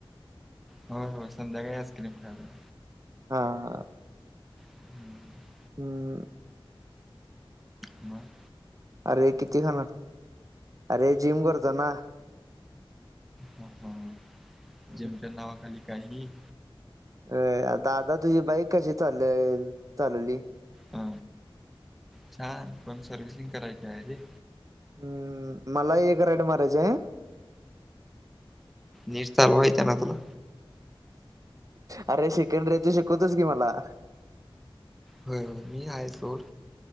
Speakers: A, in the centre; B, on the right.
A: होय होय, संध्याकाळी आईस्क्रीम खायला
B: हा, हा.
A: हम्
B: उम.
A: मग.
B: अरे, किती खाणार? अरे, जिम करतो ना.
A: हम हम,
B: हम्म.
A: जीमच्या नावाखाली काहीही.
B: अ... दादा, तुझी बाईक कशी चालल? चालवली.
A: हा, छान! पण सर्विसिंग करायची आहे रे.
B: हम्म, मला एक राइड मारायचा आहे.
A: नीट चालवाय येत्या ना तुला.
B: अरे, शिकण रे, तू शिकवतोस की मला.
A: होय होय, मी हाय सोड,